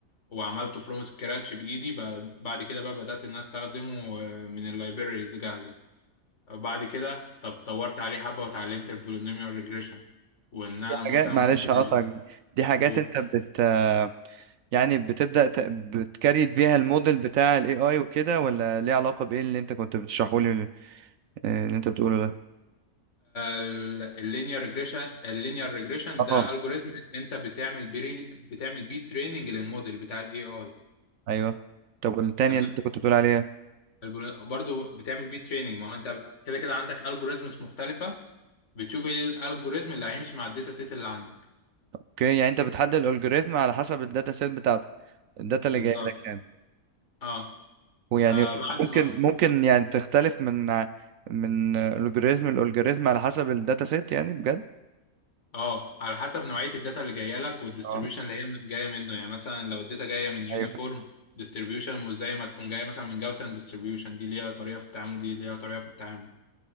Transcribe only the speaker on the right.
دي
حاجات معلش
هقطعك دي حاجات
انت بت آه، يعني بتبدأ ت... بتكريت بيها الموديل بتاع الاي اي وكده ولا ليه علاقة بايه اللي انت كنت بتشرحه لي اللي انت بتقوله ده
اه
ايوه طب والتانية
اللي انت كنت بتقول عليها
اوكي يعني انت بتحدد الالجوريثم على حسب الداتا سيت بتاعتك الداتا اللي
جايه لك يعني
ويعني
ممكن
ممكن يعني تختلف من ع- من الجوريثم لالجوريثم على حسب الداتا سيت يعني بجد
اه
ايوه